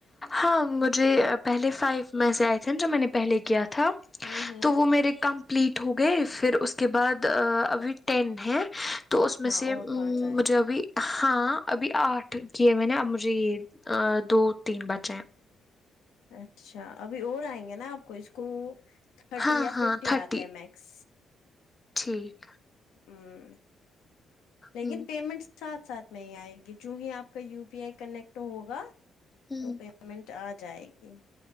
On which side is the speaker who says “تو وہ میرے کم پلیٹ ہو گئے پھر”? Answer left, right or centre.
Left